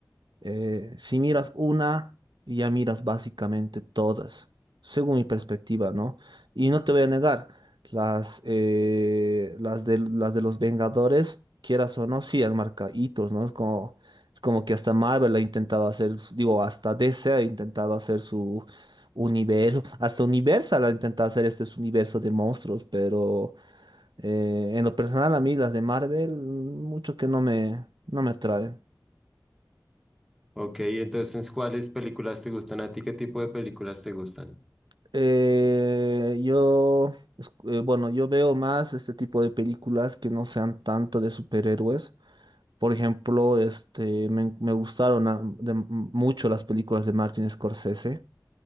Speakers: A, on the right; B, in the centre.
A: Eh, si miras una, ya miras básicamente todas, según mi perspectiva, ¿no? Y no te voy a negar, las, eh, las de, las de los Vengadores, quieras o no, sí han marcado hitos, ¿no? Es como, es como que hasta Marvel ha intentado hacer, su- digo, hasta DC ha intentado hacer su universo, hasta Universal ha intentado hacer este su universo de monstruos, pero eh, en lo personal a mí las de Marvel, mucho que no me, no me atraen.
B: Ok, entonces, ¿cuáles películas te gustan a ti? ¿Qué tipo de películas te gustan?
A: Eh, yo, es- eh, bueno, yo veo más este tipo de películas que no sean tanto de superhéroes. Por ejemplo, este, me, me gustaron ah, de- mucho las películas de Martin Scorsese.